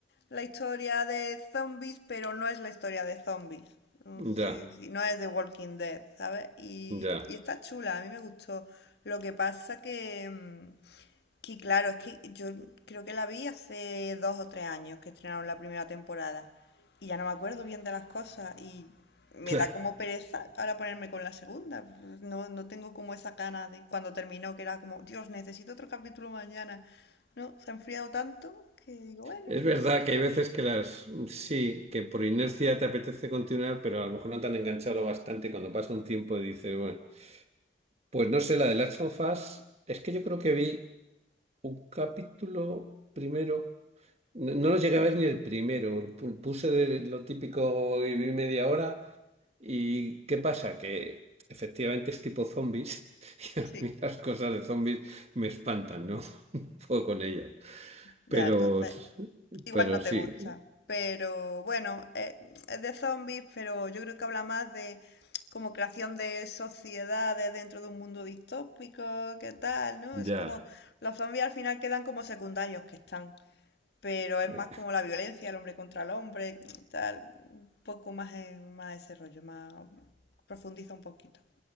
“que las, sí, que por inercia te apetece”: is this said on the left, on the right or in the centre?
Right